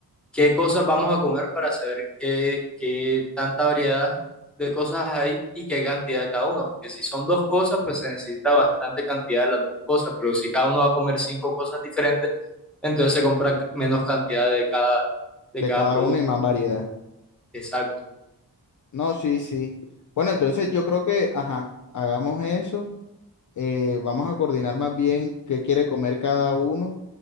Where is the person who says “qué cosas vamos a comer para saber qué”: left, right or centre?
Centre